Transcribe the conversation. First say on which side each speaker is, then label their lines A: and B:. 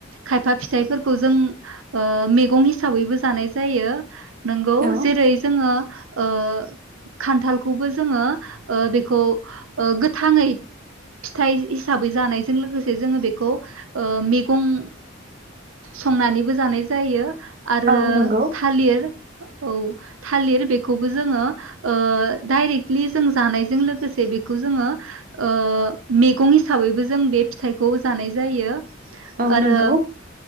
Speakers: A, on the right; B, on the right.
A: खायफा फिथाइफोरखौ जों मैगं हिसाबैबो जानाय जायो। नोंगौ
B: औ
A: जेरै जोङो ओ खान्थालखौबो जोङो ओ बेखौ ओ गोथाङै फिथाइ हिसाबै जानायजों लोगोसे जोङो बेखौ ओ मैगं संनानैबो जानाय जायो। आरो
B: औ नंगौ
A: थालिर औ थालिर बेखौबो जोङो ओ डाइरेक्ट लि जों जानायजों लोगोसे बेखौ जोङो ओ मैगं हिसाबैबो जों बे फिथाइखौ जानाय जायो।
B: औ
A: आरो
B: नंगौ